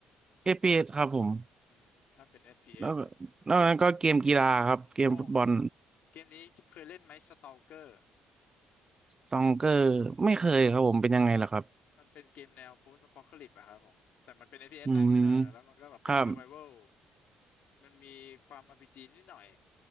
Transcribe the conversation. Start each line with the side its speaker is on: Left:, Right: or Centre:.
Right: เอฟพีเอสครับผม
Left: อืมถ้าเป็น FPS
Right: แล้ว
Left: เอสเล่นพวก
Right: นอกนั้นก็เกมกีฬาครับเกมฟุตบอล
Left: โอ้เกมนี้เคยเล่นไหม Stalker
Right: ซองเกอร์ไม่เคยครับผมเป็นยังไงล่ะครับ
Left: อ๋อมันเป็นเกมแนว post apocalypse อะครับผมแต่มันเป็น FPS
Right: อืม
Left: นะเออแล้วมันก็แบบเป็น
Right: ครับ
Left: survival มันมีความ RPG นิดหน่อย